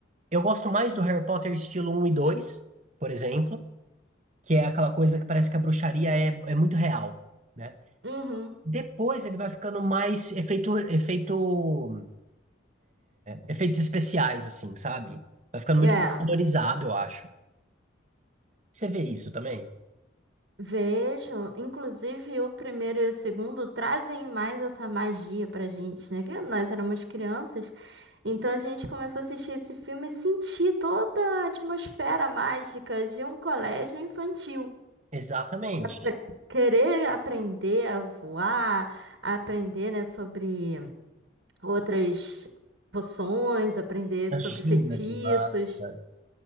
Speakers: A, on the right (about 35°); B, on the right (about 65°).
A: Eu gosto mais do Harry Potter estilo um e 2 por exemplo, que é aquela coisa que parece que a bruxaria é, é muito real, né?
B: Uhum.
A: Depois ele vai ficando mais efeito, efeito efeitos especiais, assim, sabe? Vai ficando muito
B: É.
A: valorizado, eu acho. Você vê isso também?
B: Vejo, inclusive o primeiro e o segundo trazem mais essa magia pra gente, né? Que nós éramos crianças, então a gente começou a assistir esse filme e sentir toda a atmosfera mágica de um colégio infantil.
A: Exatamente.
B: apre- querer aprender a voar, a aprender, né, sobre outras poções, aprender
A: Imagina
B: sobre feitiços,
A: que massa.